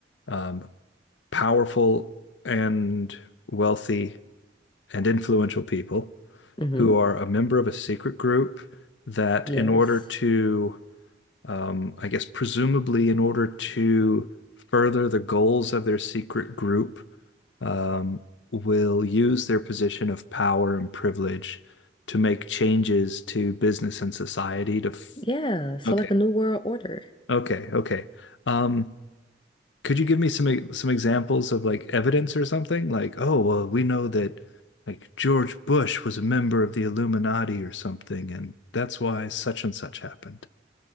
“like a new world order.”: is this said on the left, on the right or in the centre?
Left